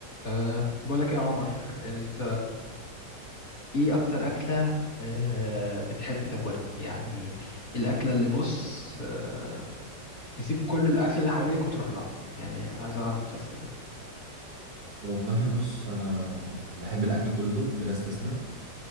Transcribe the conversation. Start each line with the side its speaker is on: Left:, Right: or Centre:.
Left: أه بقولك يا عمر انت ايه اكتر اكلة أه بتحب تاكلها يعني الاكلة اللي بص أه تسيب كل الاكل اللي حواليك وتروح لها يعني عايز اعرف بس ده
Right: والله بص انا بحب الاكل كله بلا استثناء